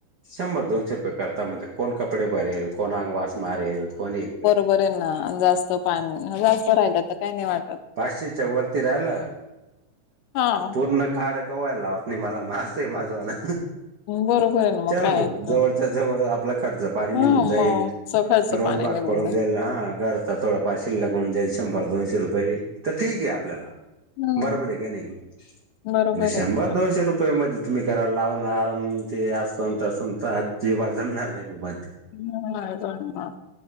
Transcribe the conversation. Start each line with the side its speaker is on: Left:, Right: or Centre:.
Right: शंभर दोनशे रुपये करता म्हणत कोण कपडे भरेल कोण आंगवास मारेल कोण एक जाल
Left: बरे ना जास्त पाणी जास्त राहिलं तर काय नाही वाटत.
Right: पाचशेच्या वरती राहिलं
Left: हा
Right: पूर्ण काळ केव्हा लावायला लावत नाही मला अस आहे माझवाला
Left: बरोबर आहे ना मग
Right: चल
Left: काय
Right: बो
Left: ऐकत
Right: जवळच्या जवळ आपला खर्च पाणी निघून
Left: हा
Right: जाईल.
Left: मग सकाळचं
Right: रोलबाग
Left: पाणी निघून
Right: पडून
Left: जाईल
Right: जाईयला हा घरचा थोडा फार शिल्लक होऊन जाईल शंभर दोनशे रुपये तर ठीक आहे आपल्याला
Left: हम्म
Right: बरोबर आहे का नाही? म्हणजे
Left: बरोबर
Right: शंभर
Left: आहे एकदम
Right: दोनशे रुपये मध्ये- तुम्ही करायला लावून आराम ते अस संत अस जेव्हा जमणार नाही बुबांत
Left: <inaudible>